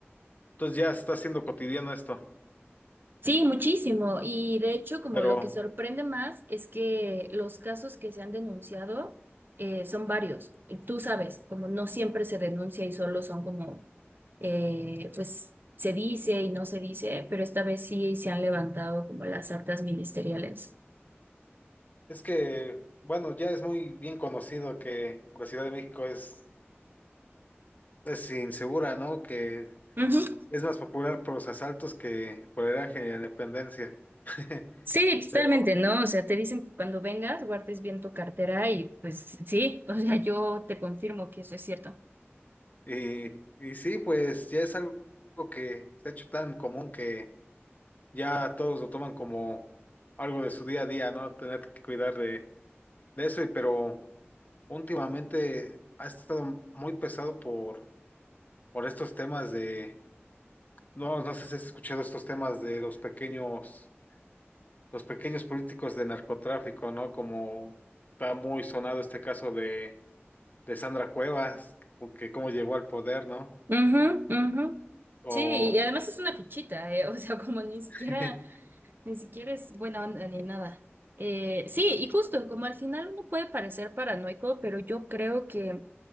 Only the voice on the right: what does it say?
Sí, muchísimo. Y de hecho, como
lo que sorprende más es que los casos que se han denunciado eh, son varios. Tú sabes, como no siempre se denuncia y solo son como, eh, pues se dice y no se dice, pero esta vez sí se han levantado como las actas ministeriales.
Ujú.
Sí, totalmente,
¿no? O sea, te dicen que cuando vengas guardes bien tu cartera y pues sí, o sea, yo te confirmo que eso es cierto.
Ujú, ujú.
Sí, y además es una fichita, eh, <laughs> o sea, como ni
siquiera, ni siquiera es buena onda ni nada. Eh, sí, y justo, como al final uno puede parecer paranoico, pero yo creo que